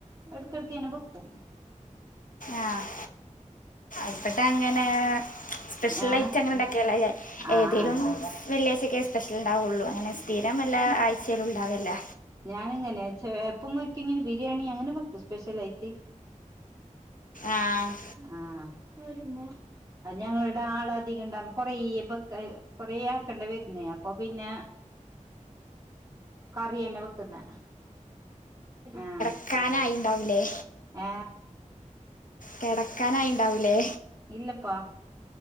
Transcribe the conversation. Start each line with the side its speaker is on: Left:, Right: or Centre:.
Right: എടക്കെട്ക്കെ ങ്ങനെ ബെക്കും
Left: ആഹ ഇമ്പടെ അങ്ങനെ സ്പെഷ്യൽ
Right: ഏഹ്
Left: ആയിട്ട് അങ്ങനെ ഇണ്ടാക്കേല്ല
Right: ആഹ്
Left: ഏതേലും വെളളിആയ്ച്ചയോക്കെ സ്പെഷ്യൽ ഇണ്ടാവോള്ളൂ അങ്ങനെ സ്ഥിരം എല്ല ആഴ്ചയിലും ഇണ്ടാവേല്ല്യ
Right: ഞാനിങ്ങനെ ചെ എപ്പെങ്കിലും ഒരിക്കെ ങ്ങനെ ബിരിയാണി അങ്ങനെ വെക്കും സ്പെഷ്യൽ ആയിട്ട്
Left: ആഹ്
Right: ആഹ്.. അത് ഞങ്ങളിവിടെ ആളധികം ഇണ്ടവുമ്പോ കൊറെ ബെക് കൊറേ ആക്കണ്ടി വരുന്നേ അപ്പൊ പിന്നെ കറി തന്നെ വെക്കുന്നെ ആഹ്
Left: ക്കാനായി ഇണ്ടാവൂലേ?
Right: ഏ
Left: കെടക്കാനായി ഇണ്ടാവൂലേ?
Right: ഇല്ലപ്പാ